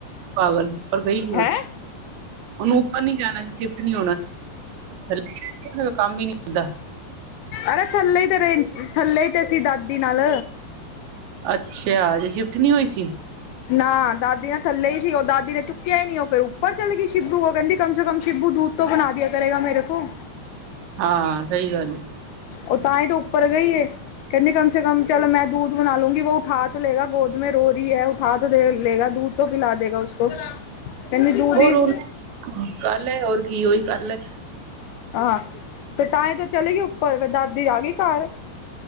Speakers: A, on the right (about 80°); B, on the left (about 75°).
A: ਪਾਗਲ ਉੱਪਰ ਗਈ ਕਿਵੇਂ
B: ਹੈਂ
A: ਉਹਨੂੰ ਉੱਪਰ ਨੀ ਜਾਣਾ ਸੀ ਸ਼ਿਫਟ ਨੀ ਹੋਣਾ ਸੀ ਕੋ ਕੰਮ ਹੀ ਨੀ ਹੁੰਦਾ
B: ਅਰੇ ਥੱਲੇ ਤੇ ਰ ਥੱਲੇ ਤੇ ਸੀ ਦਾਦੀ ਨਾਲ
A: ਅੱਛਾ ਹਜੇ ਸ਼ਿਫਟ ਨਹੀਂ ਹੋਈ ਸੀ
B: ਨਾ ਦਾਦੀ ਨਾ ਥੱਲੇ ਹੀ ਸੀ ਉਹ ਦਾਦੀ ਨੇ ਚੁੱਕਿਆ ਹੀ ਨਹੀਂ ਉਹ ਫੇਰ ਉੱਪਰ ਚਲੇ ਗਈ ਸ਼ਿਬੂ ਉਹ ਕਹਿੰਦੀ ਕਮ ਸੇ ਕਮ ਸ਼ਿਬੂ ਦੂ ਤੋਂ ਬਣਾ ਦਿਆ ਕਰੇਗਾ ਮੇਰੇ ਕੋ
A: ਹਾਂ ਸਹੀ ਗੱਲ ਹੈ।
B: ਉਹ ਤਾਂ ਹੀ ਤਾਂ ਉੱਪਰ ਗਈਏ ਕਹਿੰਦੀ ਕਮ ਸੇ ਕਮ ਚਲੋ ਮੈਂ ਦੂਧ ਬਣਾ ਲੂੰਗੀ ਵੋ ਉਠਾ ਤੋਂ ਲੇਗਾ ਗੋਦ ਮੇ ਰੋ ਰਹੀ ਹੈ ਉਠਾ ਤੋ ਦੇ ਲੇਗਾ। ਦੂਧ ਤੋਂ ਪਿਲਾ ਦੇਗਾ ਉਸਕੋ ਕਹਿੰਦੀ ਦੂਧ
A: ਹੋਰ
B: ਹੀ
A: ਉਹਨੇ ਕਰ ਲੈ ਹੋਰ ਕੀ ਉਹੀ ਕਰ ਲੈ।
B: ਆਂ ਤੇ ਤਾਂਈ ਤੇ ਚਲੀ ਗਈ ਉੱਪਰ ਫੇਰ ਦਾਦੀ ਆ ਗਈ ਘਰ।